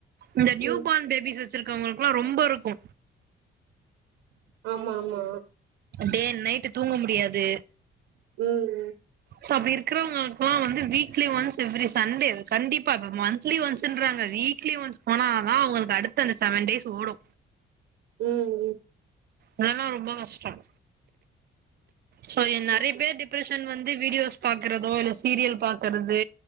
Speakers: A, on the right; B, on the right.
A: இந்த நீயுப்
B: ம்
A: ஃபீஸ் வச்சிருக்கவங்களுக்குல்லா ரொம்ப இருக்கு
B: ஆமா ஆமா
A: டே அண்ட் நைட் தூங்க முடியாது
B: ம் ம்
A: சோ அப்படி இருக்கறவங்களுக்குல்லா வந்து வீக்லி ஒன்ஸ் எவ்ரி சண்டே கண்டிப்பா மந்த்லி ஒன்ஸ்ன்றாங்க வீக்லி ஒன்ஸ் போனா அதா அவங்களுக்கு அடுத்த அந்த செவன் டேஸ் ஓடு
B: ம் ம்
A: அதாலா ரொம்ப கஷ்டம் சோ
B: ம்
A: நெறைய பேர் டிப்ரஷன் வந் ந்து வீடியோஸ் பாக்குறதோ இல்ல சீரியல் பாக்கறது